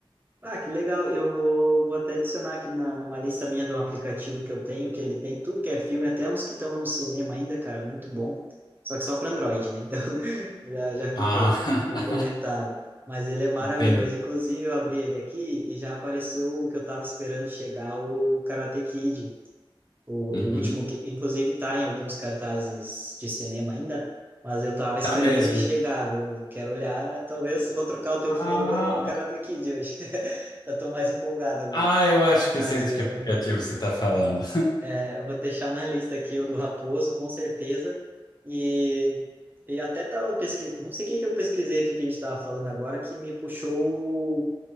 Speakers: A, on the right (about 20°); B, on the left (about 50°).
A: Ah, que legal. Eu vou, vou até adicionar aqui na, numa lista minha do aplicativo que eu tenho, que ele tem tudo que é filme, até uns que estão no cinema ainda, cara, muito bom. Só que só para Android, né? Então <laughs> já, já fica
B: Ah,
A: aí
B: <laughs>
A: o comentário. Mas ele é maravilhoso.
B: entendi.
A: Inclusive, eu abri ele aqui e já apareceu o que eu estava esperando chegar, o Karate Kid. O, o
B: Uhum.
A: último que, inclusive, tá em alguns cartazes de cinema ainda, mas eu tava esperando
B: Tá mesmo.
A: ele chegar. Vou, quero olhar, talvez vou trocar o teu
B: Ah,
A: flow pelo Karate Kid hoje. <laughs> Eu tô mais empolgado agora.
B: ah, eu acho que
A: Mas
B: eu sei de
A: eh,
B: que aplicativo você tá falando.
A: eh, eu vou deixar na lista aqui o do Raposo, com certeza. E, e até tava pesquisando, não sei o que que eu pesquisei aqui que a gente tava falando agora, que me puxou o